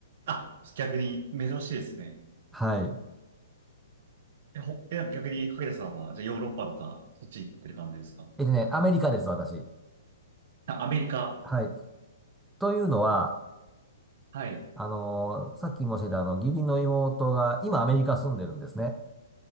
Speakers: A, on the right; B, in the centre.
A: あ、逆に珍しいですね。
B: はい。
A: え、ほ、え、逆に、萩田さんは、じゃあヨーロッパとか、そっち行ってる感じですか
B: えっとね、アメリカです、私。
A: あアメリカ。
B: はい。というのは、
A: はい。
B: あのーさっき申し上げたあの、義理の妹が、今アメリカ住んでるんですね。